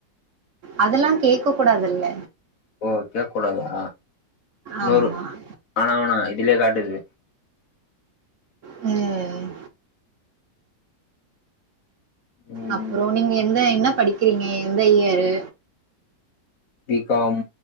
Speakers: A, on the right (about 65°); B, on the left (about 55°).
A: அதெல்லா கேக்க கூடாதுல்ல
B: ஓ கேக்ககூடாதா, நூறு
A: ஆமாம்
B: வேணா வேணா இதுலே காட்டுது
A: ம்
B: ம்
A: அப்றோ நீங்க எந்த என்ன படிக்கிறீங்க எந்த year
B: B com